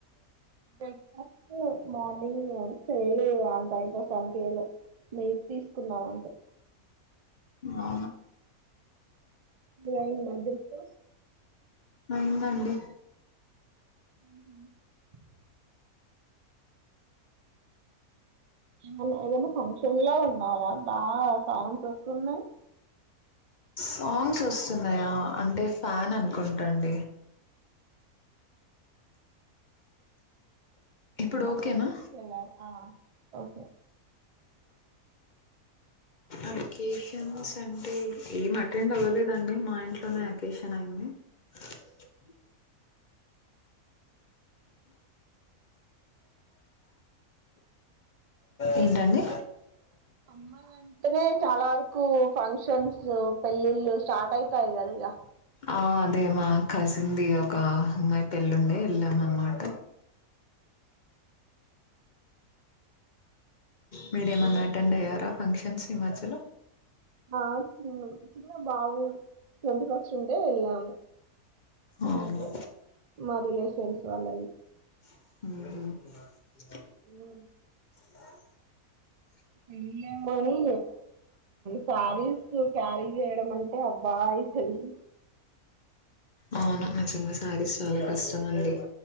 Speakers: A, on the right; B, on the left.
A: బ్రేక్ఫాస్ట్ మార్నింగ్స ఏలు అంతాయతే సంత ఏలు నె తీసుకున్నాం అంటే
B: అ
A: ఇైన్నదకు
B: అయిందండి
A: ఉ ఏమన్నా ఏదైనా ఫంక్షన్ లో ఉన్నారా బాగా సౌండ్స్ వస్తున్నాయి
B: సాంగ్స్ వస్తున్నాయా అంటే ఫ్యాన్ అనుకుంటాండి ఇప్పుడు
A: ొకషన్లర్
B: ఓకేనా
A: ఆ <unintelligible> అవునా
B: అకేషన్స్ అంటే ఏం అటెండ్ అవ్వలేదండి మా ఇంట్లోనే అకేషన్ అయింది అ ఏంటండి
A: అమ్మ అంటేనే చాలా వరకు ఫంక్షన్స్ పెళ్ళిళ్ళు స్టార్ట్ అయితాయి కది ఇక
B: ఆ అదే మా కసింద ది ఒక అమ్మాయి పెళ్ళిండే వెళ్ళాం అనమాట మీరేమన్నా అటెండ్ అయ్యారా ఫంక్షన్స్ హిమాచల్
A: ఆ చిన్న బాబు ట్వంటీ ఫస్ట్ ఉంటే వెళ్ళాము ఈ
B: అవును
A: మధ్య మా రిలేషన్స్ ఇాల
B: అ
A: ఉ
B: ఆ
A: ఏ మనీ సారి కారి వేయడ అంటే అబ్బాయి తెల్
B: అవును నిజంగా శారీస్ చాలా కష్టం అండి